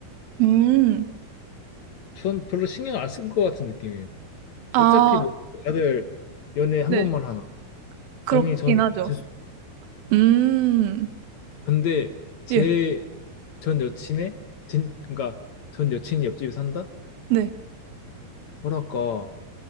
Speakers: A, on the right; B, on the left.
A: 음. 네.
B: 전 별로 신경 안 쓴 것 같은 느낌이에요.
A: 아
B: 어차피 뭐 다들 연애 한
A: 네.
B: 번만
A: 네.
B: 하나.
A: 그렇긴
B: 당연히 전 애기
A: 하죠.
B: 있을 수.
A: 음.
B: 근데 제
A: 예.
B: 전 여친의 진 그러니까 전 여친이 옆집에 산다?
A: 네.
B: 뭐랄까